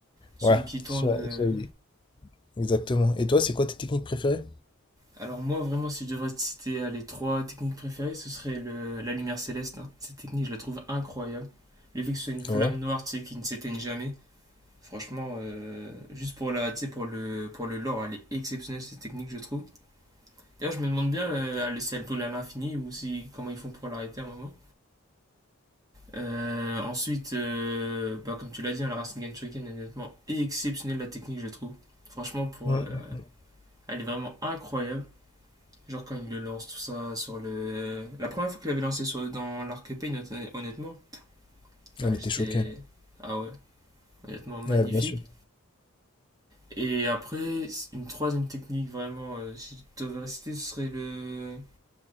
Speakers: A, on the right; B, on the left.
A: Celui
B: Ouais,
A: qui tourne.
B: celui-là,
A: euh,
B: celui-là. exactement. Et toi, c'est quoi tes techniques préférées?
A: Alors moi vraiment si je devrais te citer euh, les trois techniques préférées, ce serait le- la lumière céleste. hein. Cette technique je la trouve incroyable. Le fait que ce soit une flamme
B: Ouais.
A: noire tu sais, qui ne s'éteigne jamais, franchement euh, juste pour la, tu sais, pour le, pour le lore elle est exceptionnelle cette technique je trouve. D'ailleurs je me demande bien euh, elle- si elle brûle à l'infini ou si comment ils font pour l'arrêter à un moment. Euh, ensuite, euh, bah, comme tu l'as dit, hein, la Rasengan Shuriken est nettement exceptionnelle la technique je trouve. Franchement pour,
B: Mm,
A: euh,
B: mm, mm.
A: elle est vraiment incroyable. Genre quand il le lance tout ça sur le... La première fois qu'il avait lancé sur, dans l'arc épée, honnêt- honnêtement, ah,
B: On était
A: j'étais...
B: choqués.
A: Ah ouais, honnêtement magnifique.
B: Ouais, bien sûr.
A: Et après, une troisième technique vraiment, euh, si je devais citer, ce serait le...